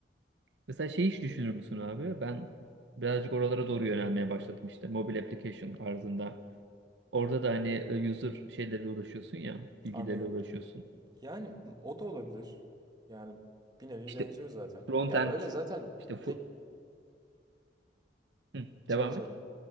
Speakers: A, on the right (about 80°); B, on the right (about 25°).
A: Mesela şey hiç düşünür müsün abi? Ben birazcık oralara doğru yönelmeye başladım işte. Mobile application tarzında. Orada da hani e, user şeyleriyle uğraşıyorsun ya. Bilgileriyle
B: anladım.
A: uğraşıyorsun.
B: Yani o da olabilir. Yani bir nevi
A: İşte
B: benziyor zaten.
A: front
B: Yani
A: end
B: öyle zaten
A: işte fu-
B: tek
A: Hı,
B: söyle
A: devam
B: söyle.
A: et.